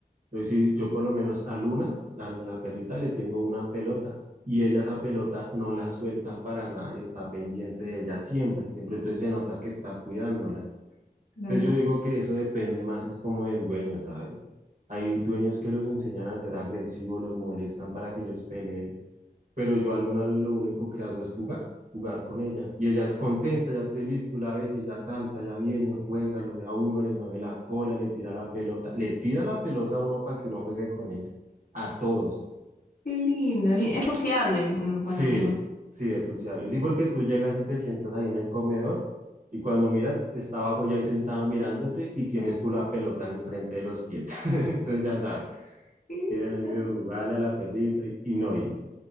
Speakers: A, on the right; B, on the left.
A: Entonces, si yo por lo menos a Luna, a la perrita, le tengo una pelota y ella esa pelota no la suelta para nada y está pendiente de ella siempre, siempre. Entonces se nota que está cuidándola.
B: claro.
A: Entonces yo digo que eso depende más, es como del dueño, ¿sabes? Hay dueños que los enseñan a ser agresivos, los molestan para que ellos peleen pero yo a Luna lo único que hago es jugar, jugar con ella. Y ella es contenta, ella es feliz, tú la ves y ella salta, ella viene, juega, lo ve a uno, le mueve la cola, le tira la pelota, le tira la pelota a uno para que uno juegue con ella, a todos.
B: Qué linda. y Es sociable. mm,
A: Sí,
B: Bueno, me imagino.
A: sí, es sociable. Sí, porque tú llegas y te sientas ahí en el comedor y cuando miras, está abajo ella ahí sentada mirándote y tienes tú la pelota en el frente de los pies. <laughs> Entonces ya sabes,
B: Qué linda.
A: tienen que jugarle a la perrita y, y no, y